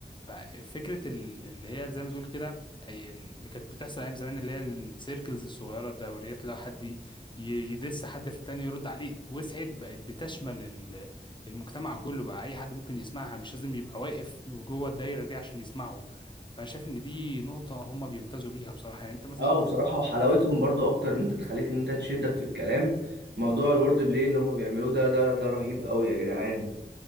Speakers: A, on the left (about 25°); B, on the right (about 70°).
A: ففكرة ال- اللي هي زي ما تقول كده أي- اللي كانت بتحصل ايام زمان اللي هي السيركلز الصغيرة الدوريات لو حد ي- يدس حد في التاني يرد عليه وسعت بقت بتشمل ال- المجتمع كله بقى اي حد ممكن يسمعها مش لازم يبقى واقف جوه الدايرة دي عشان يسمعه فانا شايف ان دي نقطة هم بيمتازوا بيها بصراحة يعني انت مثلا
B: اه بصراحة وحلاوتهم برضو اكتر ان انت تخليك ان انت تشدك في الكلام موضوع الورد بلاي اللي هم بيعملوه ده ده ده رهيب قوي يا جدعان